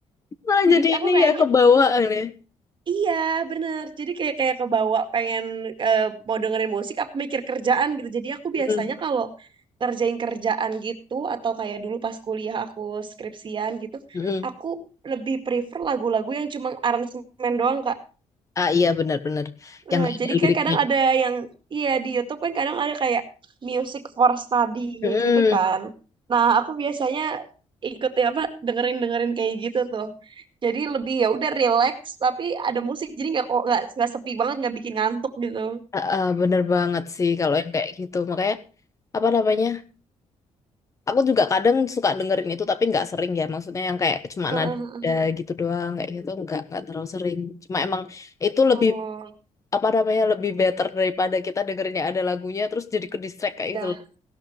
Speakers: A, on the left; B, on the right.
A: malah
B: Jadi
A: jadi
B: aku
A: ini
B: kayaknya
A: ya kebawaan ya
B: Iya, bener. Jadi kayak kayak kebawa pengen eh, mau dengerin musik apa mikir kerjaan gitu. Jadi aku biasanya
A: Mm-mm.
B: kalau kerjain kerjaan gitu atau kayak dulu pas kuliah aku skripsian gitu,
A: Mm-mm.
B: aku lebih prefer lagu-lagu yang cuma aransemen doang, Kak.
A: Ah iya benar-benar yang
B: Nah,
A: nggak ada
B: jadi
A: liriknya.
B: kan kadang ada yang iya di YouTube kan kadang ada kayak music for study
A: Mm-mm.
B: kayak gitu kan. Nah, aku biasanya ikut ya apa dengerin-dengerin kayak gitu tuh. Jadi lebih ya udah relax tapi ada musik jadi nggak kok nggak nggak sepi banget nggak bikin ngantuk gitu.
A: Ah, ah, bener banget sih kalau yang kayak gitu makanya apa namanya aku juga kadang suka dengerin itu tapi nggak sering ya maksudnya yang kayak cuma
B: Heeh,
A: nada
B: heeh.
A: gitu doang kayak gitu nggak nggak terlalu sering cuma emang itu lebih
B: Oh,
A: apa namanya lebih better daripada kita dengerin yang ada lagunya terus jadi ke distract kayak
B: iya.
A: gitu loh